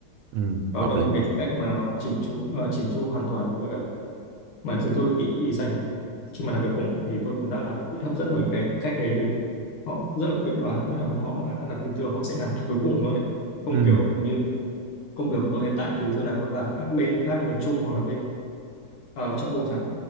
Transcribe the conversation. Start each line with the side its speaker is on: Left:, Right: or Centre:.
Right: ừ,
Left: đó
Right: hợp
Left: là
Right: lý
Left: một cái tính cách mà chỉnh chu ờ, chỉnh chu hoàn toàn đối với cả mà chúng tôi bị dành khi mà làm việc cùng ấy, thì tôi cảm giác là bị hấp dẫn bởi cái cách đấy bởi vì họ rất là quyết đoán cũng như là họ mà đã đặt mục tiêu họ sẽ làm cuối cùng luôn đấy không
Right: ừ
Left: kiểu như công việc của tôi hiện tại thì tôi làm với cả các bên khác như là Trung hoặc là bên ờ, châu Âu chẳng hạn.